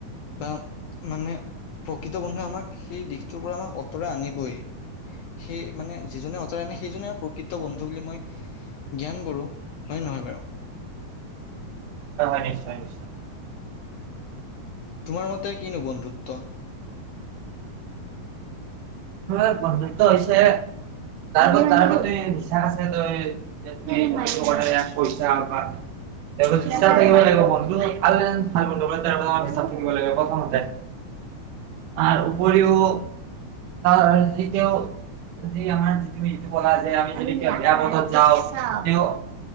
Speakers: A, on the left (about 75°); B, on the right (about 80°).
A: বাওঁ মানে প্ৰকৃত বন্ধুৱে আমাক সেই দিশটোৰ পৰা আমাক অতৰাই আনিবই সেই মানে যিজনে অঁতৰাই আনে সেইজনেই আৰু প্ৰকৃত বন্ধু বুলি মই জ্ঞান গঢ়ো হয় নহয় বাৰু
B: হয় হয় নিশ্চয় নিশ্চয়
A: তোমাৰ মতে কিনো বন্ধুত্ব
B: এ বন্ধুত্ব হৈছেহে তাৰ আগত তাৰ আগত এই বিশ্বাস আছে তই তুমি মালটো বনালে পইচা পাবা হিচাপ থাকিব লাগিব বন্ধু আৰু ভাল বন্ধু বান্ধৱ তাৰ আ হিচাপ থাকিব লাগিব প্ৰথমতে
A: <inaudible>
B: তাৰ উপৰিও তাৰ যি তেওঁৰ সেই আমাৰ যি তুমি যিটো কলা যে আমি যদি কিবা বেয়া পথত যাওঁ তেও